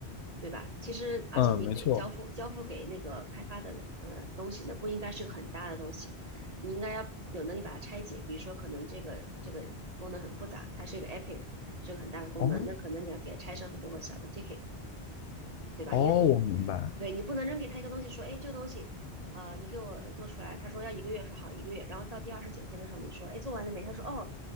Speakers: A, on the right; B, on the left.
A: 对吧？其实，而且你给交付交付给那个开发的人，
B: 嗯，没错。
A: 呃，东西呢不应该是个很大的东西，你应该要有能力把它拆解，比如说可能这个这个功能很复杂，它是一个 Epic。是个很大的功能，
B: 哦
A: 那可能你要给它拆成很多个小的 ticket，
B: 哦，
A: 因为你对你不能扔给他一个东西，
B: 我明白，
A: 说，哎，这个东西，呃，你给我做出来，他说要一个月，说好一个月，然后到第二十九天的时候，你说，哎，做完了没？他说，哦，